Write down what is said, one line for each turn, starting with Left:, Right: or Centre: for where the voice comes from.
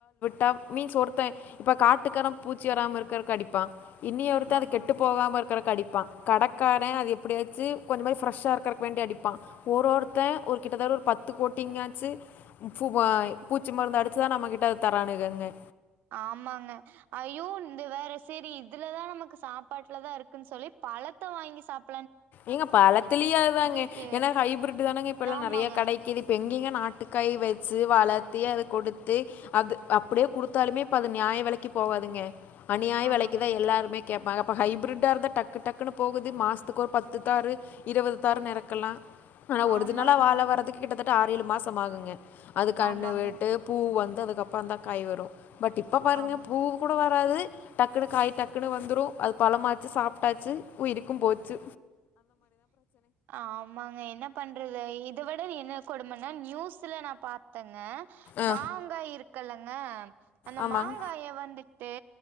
Left: டப் மீன்ஸ் ஒருத்த இப்ப காட்டுக்கார பூச்சி வராம இருக்க அடிப்பா இன்னி ஒருத்த
Right: ஆமாங்க
Left: அது கெட்டு போகாம இருக் க்கற் அடிப்பான் கடைக்கார அது எப்பிடியாச்சி கொஞ்சோ மாரி ஃரெஷ்ஷா இருக்குற வேண்டி அடிப்பா ஒரு ஒருத்த ஒரு கிட்ட தட்ட ஒரு பத்து கோட்டிங்கச்சி பூவ பூச்சி மருந்து அடிச்சிதா நம்ம கிட்ட தரானுங்கக
Right: ஆமாங்க ஐயோ இந்த வேற சேரி இதுலதா நமக்கு சாப்பாட்டுலதா இருக்குனு சொல்லி பழத்த வாங்கி சாப்
Left: ஏங்க பழத்திலியு அதாங்க
Right: இருக்கு
Left: ஏன்னா ஹைபிரட் தானாங்க இப்ப
Right: ஆமாங்க
Left: நெறைய கெடைக்குது இப்ப எங்கிங்க நாட்டுக்காய் வச்ஜி வளத்தி அத குடுத்து அது அப்பிடியே குடுத்தாலுமே இப்ப அது நியாய வெலைக்கு போகாதுங்க அணியாய
Right: ஆமாங்க
Left: வெலைக்குதா எல்லாமே கேட்பாங்க இப்ப ஹைப்பிரட்டா இருந்தா டக்கு டக்குனு போகுது மாசத்துக்கு ஒர் பத் த்து தாரு இருவது தாருனு எறக்கலா ஆனா ஒருஜினலா
Right: ஆமாங்க
Left: வாழ வரதுக்கு கிட்டத்தட் ட் ஆறே ஏழு மாசோ ஆகுங்க அது கன்னுவிட்டு
Right: ஆமாங்க
Left: பூ வந் த்ததுக்கு அப்புறோதா காய் வரு பட் இப்ப பாருங்க
Right: ஆமாங்க
Left: பூ கூட வர் பாது டக்குன்னு காய் டக்குன்னு வந்துரு அது பழமாச்சி சாப்பிட்டாச்சி உயிருக்கு போச்சி
Right: ஆமாங்க என்ன பண்றது இத விட என்ன கொடுமனா நியூஸ் ஸ்ல நா பாத்தங்க
Left: ஆ.
Right: மாங்காய் இருக்கல்ல ங்க அந்த
Left: ஆமாங்.
Right: மாங்காய வந்து டே